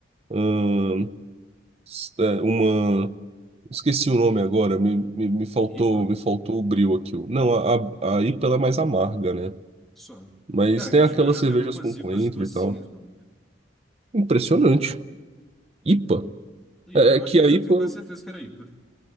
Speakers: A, on the right; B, in the centre.
A: ahn, s- é, uma. Esqueci o nome agora, me, me, me faltou,
B: IPA?
A: me faltou o brio aqui. Não, a, a, a IPA ela é mais amarga, né?
B: Só.
A: Mas
B: Cara,
A: tem
B: que eu,
A: aquelas
B: j- eu já
A: cervejas
B: tomei umas
A: com
B: IPAs
A: coentro
B: docinhas,
A: e tal.
B: mano.
A: Impressionante. IPA.
B: IPA,
A: É,
B: eu
A: é que
B: acho que
A: a
B: eu
A: IPA.
B: tenho quase certeza que era IPA.